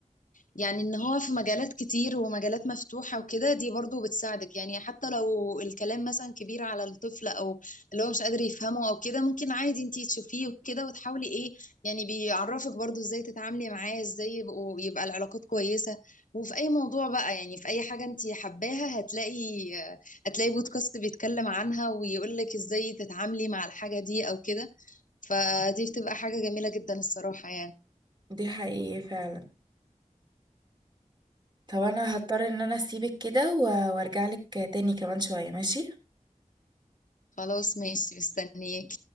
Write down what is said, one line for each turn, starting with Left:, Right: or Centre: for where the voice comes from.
Left: يعني ان هو في مجالات كتير ومجالات مفتوحة وكده دي برضو بتساعدك يعني حتى لو الكلام مثلا كبير على الطفل او اللي هو مش قادر يفهمه او كده ممكن عادي انتي تشوفيه وكده وتحاولي ايه يعني بيعرفك برضو ازاي تتعاملي معاه ازاي يبقوا يبقى العلاقات كويسة وفي اي موضوع بقى يعني في اي حاجة انتي حباها هتلاقي هتلاقي بودكاست بيتكلم عنها ويقولك ازاي تتعاملي مع الحاجة دي او كده فدي بتبقى حاجة جميلة جدا الصراحة يعني
Right: دي حقيقة فعلا طب انا هضطر ان انا اسيبك كده و- وارجع لك تاني كمان شوية ماشي
Left: خلاص ماشي مستنيك